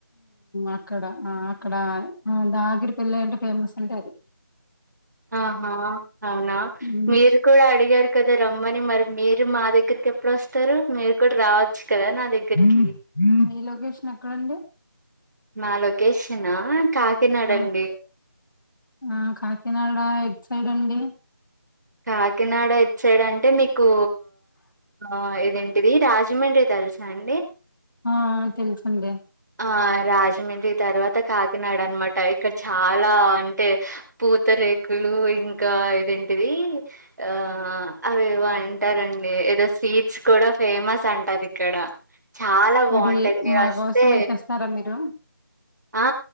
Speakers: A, on the left (about 70°); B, on the right (about 55°).
A: అక్కడ అక్కడ దాగిరి పల్ల అంటే ఫేమస్ అంటే అది
B: ఆహా అవునా
A: హ్మ్.
B: మీరు కూడా అడిగారు కదా రమ్మని మరి మీరు మా దగ్గరికి ఎప్పుడు వస్తారు మీరు ఇప్పుడు రావచ్చు కదా నా దగ్గరికి
A: హ్మ్. మీ లొకేషన్ ఎక్కడండి?
B: మా లొకేషనా కాకినాడ
A: ఆ!
B: అండి
A: ఆ కాకినాడ ఎట్ సైడ్ అండి
B: కాకినాడ ఎట్ సైడ్ అంటే మీకు ఆ ఇదేంటిది రాజమండ్రి తెలుసా అండి
A: ఆ! ఆ! తెలుసండి.
B: ఆ రాజమండ్రి తర్వాత అంత కాకినాడ అన్నమాట ఇక్కడ చాలా అంటే పూతరేకులు ఇంకా ఏదేంటి ఆ అవేవో అంటారండి ఏదో స్వీట్స్ కూడా ఫేమస్ అంటారు అది ఇక్కడ చాలా బాగుంటాది
A: మరి
B: మీరు
A: మా
B: వస్తే
A: కోసం అయి తెస్తారా మీరు?
B: ఆ